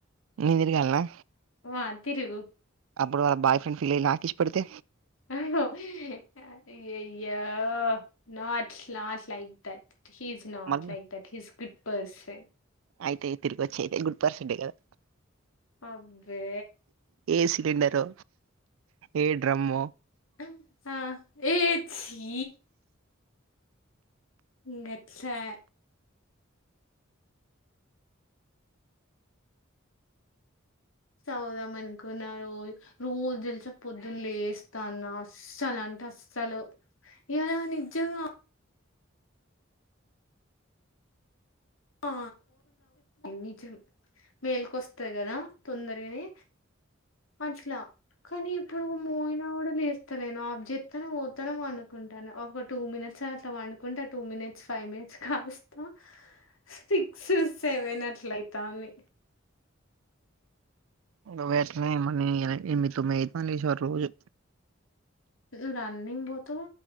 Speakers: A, on the right; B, on the left.
A: నేన్తిరగాల్నా
B: వా తిరుగు
A: అప్పుడు వాల్లా బాయ్ ఫ్రెడ్ ఫీల్ఐయ్యి నాకు కిస్ పెడితే
B: అయ్యయ్యో NATS last like that he is not
A: మళ్ళీ
B: like that he's good person
A: అయితే తిరిగొచ్చేతే గుడ్ పర్సెడే కదా
B: అబ్బే.
A: ఏ సిగండరో ఏ డ్రమ్మో.
B: అ ఆ ఏ చ్చి. ఇగ ఎట్లా. చవుదాం అనుకున్నా రోజు తెలుసా పొద్దున్న లేస్తాన్న. అస్సలు అంటే అస్సలు ఈయాలా నిజంగా. ఆ నిజం మేల్కొస్తది కదా తొందరగనే. అట్లా కనీ ఇప్పుడు మోయినా కూడా లేస్. అ నేను ఆబ్ చెత్తను పోతాను వండుకుంటాను ఒక టూ మినిట్స్ అట్లా వండుకుంటాను టూ మినిట్స్ ఫైవ్ మినిట్. ఖాస్తా. సిక్స్ సెవెన్ అట్లా అయితాంది.
A: నువ్వు ఎట్లనో ఏమో నేను ఎలా ఎనిమి తొమ్మి అయితుందంది లిసేవరకు రోజు.
B: నువ్వు రన్నింగ్ పోతవ్